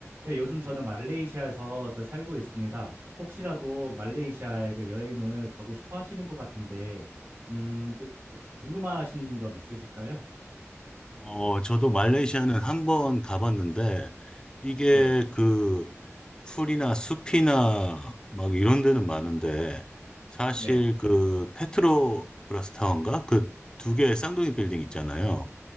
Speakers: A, on the right; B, on the left.
A: 예, 요즘 저는 말레이시아에서 저 살고 있습니다. 혹시라도 말레이시아에 그 여행을 가고 싶어 하시는 것 같은데, 음, 저- 혹시 궁금하신 점 있으실까요?
B: 어, 저도 말레이시아는 한 번 가봤는데, 이게
A: 네,
B: 그 풀이나 숲이나 막 이런 데는 많은데, 사실
A: 네,
B: 그 페트로브라스 타워인가? 그 두 개의 쌍둥이 빌딩 있잖아요.